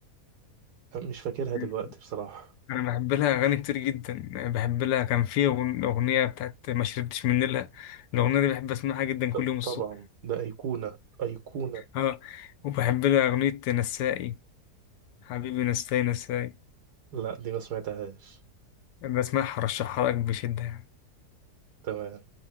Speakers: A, on the right (about 75°); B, on the left (about 85°).
A: مش فاكرها
B: مم.
A: دلوقتي بصراحه
B: انا بحب لها اغاني كتير جدا بحب لها كان في أغن- اغنيه بتاعت ما شربتش من نيلها الاغنيه دي بحب اسمعها جدا
A: ط-
B: كل يوم الصبح
A: طبعا ده ايقونه ايقونه
B: اه وبحب لها اغنيه نسائي حبيبي نسائي نسائي
A: لا دي ما سمعتهاش
B: بسمعها رشحها لك بشده يعني
A: تمام